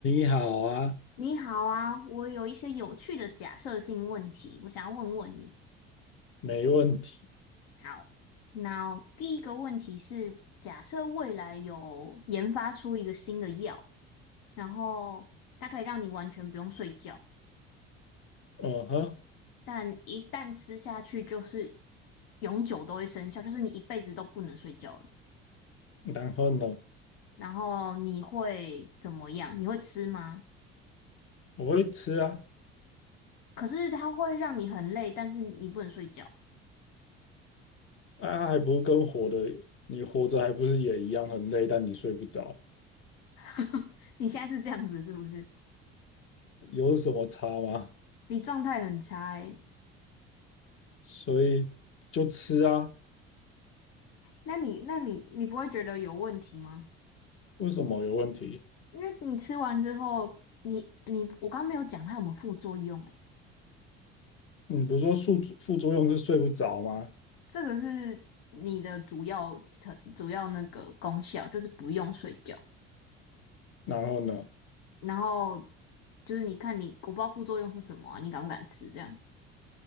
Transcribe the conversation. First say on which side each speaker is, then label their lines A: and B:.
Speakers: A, on the left; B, on the left.
A: 你好啊，
B: 你好啊，我有一些有趣的假设性问题，我想要问问你。
A: 没问题。
B: 好，那第一个问题是，假设未来有研发出一个新的药，然后它可以让你完全不用睡觉，
A: 嗯哼，
B: 但一旦吃下去就是永久都会生效，就是你一辈子都不能睡觉了。
A: 然后呢？
B: 然后你会怎么样？你会吃吗？
A: 我会吃啊，
B: 可是它会让你很累，但是你不能睡觉。
A: 啊，还不是跟活的，你活着还不是也一样很累，但你睡不着，
B: <laughs> 你现在是这样子是不是？
A: 有什么差吗？
B: 你状态很差欸
A: 所以就吃啊，
B: 那你那你你不会觉得有问题吗？
A: 为什么有问题？
B: 因为你吃完之后，你你我刚没有讲它有没有副作用诶、
A: 你不是说副副作用是睡不着吗？
B: 这个是你的主要成主要那个功效，就是不用睡觉，
A: 然后呢，
B: 然后就是你看你我不知道副作用是什么啊，你敢不敢吃这样？